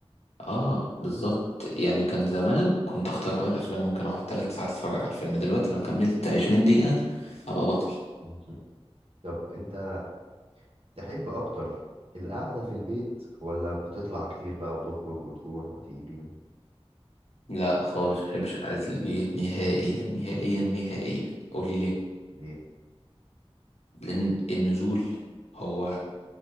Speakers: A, on the left; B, on the right.
A: اه بالظبط يعني كان زمان كنت اختار اه الافلام ممكن اقعد ثلاث ساعات اتفرج على الفيلم دلوقتي لو كملت 20 دقيقه ابقى بطل
B: مم. طب أنت تحب أكتر القعدة في البيت ولا بتطلع كتير بقى وتخرج وتروح وتيجي و-
A: لا خالص ما بحبش قعده البيت نهائيا نهائيا نهائيا قولي ليه
B: ليه؟
A: لأن النزول هو